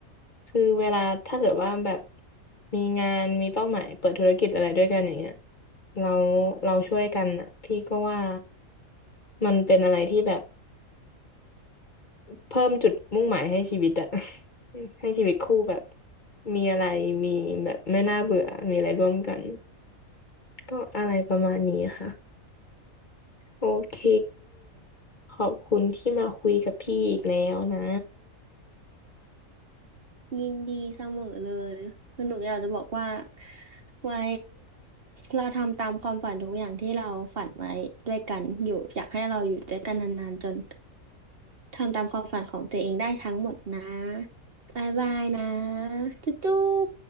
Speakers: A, on the left (about 40°); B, on the right (about 45°).
A: คือเวลาถ้าเกิดว่าแบบมีงานมีเป้าหมายเปิดธุรกิจอะไรด้วยกันอย่างเงี้ยเราเราช่วยกันอ่ะพี่ก็ว่ามันเป็นอะไรที่แบบ เพิ่มจุดมุ่งหมายให้ชีวิตอะ <laughs> ให้ชีวิตคู่แบบมีอะไรมีแบบไม่น่าเบื่อมีอะไรร่วมกันก็อะไรประมาณนี้ค่ะโอเคขอบคุณที่มาคุยกับพี่อีกแล้วนะ
B: ยินดีเสมอเลยคือหนูอยากจะบอกว่าไว้เราทำตามความฝันทุกอย่างที่เราฝันไว้ด้วยกันอยู่อยากให้เราอยู่ด้วยกันนานๆจนทำตามความฝันของตัวเองได้ทั้งหมดนะบายบายนะจุ๊บจุ๊บ